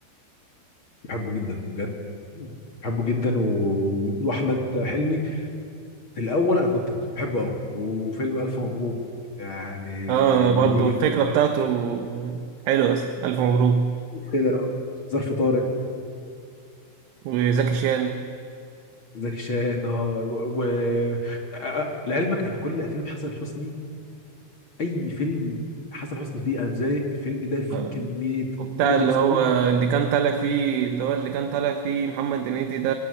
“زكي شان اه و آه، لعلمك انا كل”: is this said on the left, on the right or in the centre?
Left